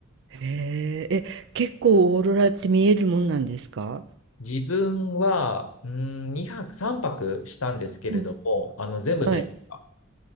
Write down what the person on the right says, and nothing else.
へえ、え、結構オーロラって見えるもんなんですか
うん、
はい。